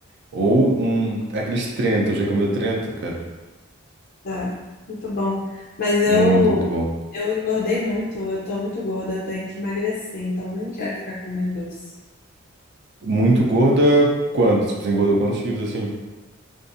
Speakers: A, on the right; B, on the left.
A: ou um, aqueles Trento. Já comeu Trento, cara?
B: Tá, muito bom. Mas eu,
A: Muito, muito bom.
B: eu engordei muito, eu tô muito gorda, eu tenho que emagrecer, então eu nem quero ficar comendo doce.
A: Muito gorda, quanto? Tipo, você engordou quantos quilos assim?